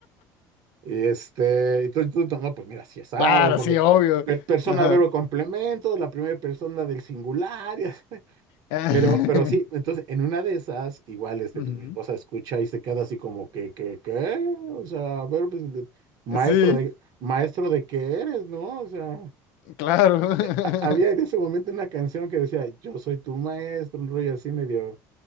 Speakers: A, on the right (about 60°); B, on the left (about 80°).
A: Y este, entonces tú, no, pues mira, si asado,
B: Claro,
A: porque
B: sí, obvio.
A: per- persona,
B: Ajá.
A: verbo, complemento, la primera persona del singular, y así.
B: <laughs>
A: Pero, pero sí, entonces en una de esas, igual, este,
B: Ujú.
A: pues, mi esposa escucha y se queda así como que, que, ¿qué? O sea, a ver, pues, de- maestro
B: Sí,
A: de, maestro de qué eres, ¿no? O sea,
B: claro. <laughs>
A: ha- había en ese momento una canción que decía, yo soy tu maestro, un rollo así medio,